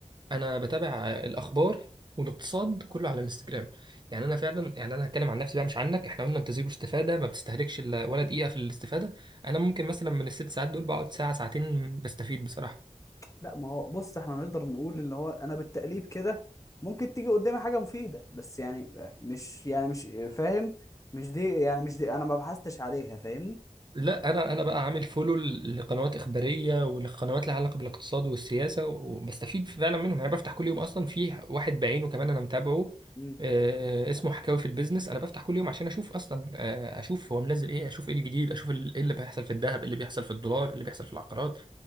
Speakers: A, on the right; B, on the left.
A: انا بتابع الاخبار والاقتصاد كله على الانستجرام يعني انا فعلا يعني انا هتكلم عن نفسي بقى مش عنك احنا قلنا انت زيرو استفاده ما بتستهلكش إلا ولا دقيقه في الاستفاده انا ممكن مثلا من الست ساعات دول بقعد ساعه ساعتين بستفيد بصراحه
B: لا ما هو بص احنا نقدر نقول اللي هو انا بالتقليب كده ممكن تيجي قدامي حاجه مفيده بس يعني آه، مش يعني مش آه، فاهم مش دي يعني مش دي انا ما بحثتش عليها فاهمني
A: لا انا انا بقى عامل فولو لقنوات اخباريه والقنوات اللي علاقه بالاقتصاد والسياسه وبستفيد فعلا منهم يعني انا بفتح كل يوم اصلا في واحد بعينه كمان انا متابعه
B: مم.
A: آه، اسمه حكاوي في البيزنس انا بفتح كل يوم عشان اشوف اصلا آه، اشوف هو منزل ايه اشوف ايه الجديد اشوف ال- ايه اللي بيحصل في الذهب ايه اللي بيحصل في الدولار ايه اللي بيحصل في العقارات